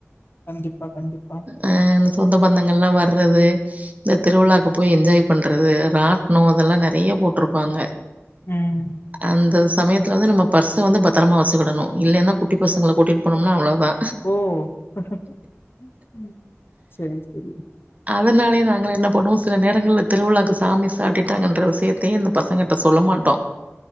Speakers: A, on the left; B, on the right.
A: கண்டிப்பா கண்டிப்பா
B: ஆ அந்த சொந்த பந்தங்கள்லா வர் றது இந்த திருவிழாக்கு போய் என்ஜாய் பண்றது ராட்னோ இதெல்லா நெறைய போட்ருப்பாங்க
A: ம்
B: அந்த சமயத்துல வந்து நம்ம பர்ஸ வந்து பத்தரமா வச்சுக்கிடணு இல்லைன்னா குட்டி பசங்கள கூட்டிட் போனோம்னா அவ்ளோதா
A: ஓ ம் ம் சரி சரி
B: அதனாலயே நாங்களா என்ன பண்ணுவோம் சில நேரங்கள்ல திருவிழாக்கு சாமி சாட்டிட்டாங்கன்ற விஷயத்தயே இந்த பசங்கிட்ட சொல்ல மாட்டோ